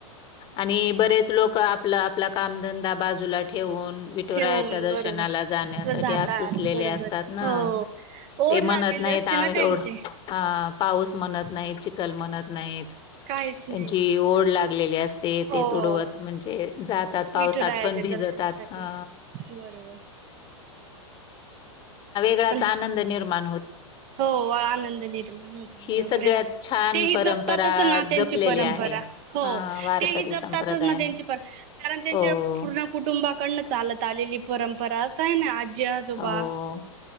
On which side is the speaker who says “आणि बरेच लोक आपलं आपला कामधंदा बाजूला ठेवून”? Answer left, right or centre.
Left